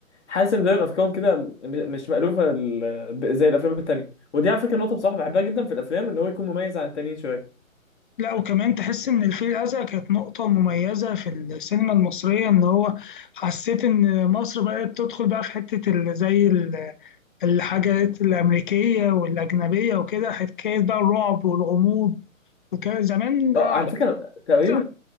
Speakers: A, on the left; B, on the left.
A: حاسس ان دايما افكارهم كده م- مش مألوفه ال- ب- زي الافلام التانيه ودي على فكره نقطه بصراحه بحبها جدا في الافلام ان هو يكون مميز عن التانيين شويه
B: لا وكمان تحس ان الفيل الازرق كانت نقطه مميزه في السينما المصريه ان هو حسيت ان مصر بقت تدخل بقى في حته ال- زي ال الحاجات الأمريكية والأجنبية وكده حكاية بقى الرعب والغموض وكان زمان
A: اه
B: آه،
A: على فكره تقريبا
B: زمان،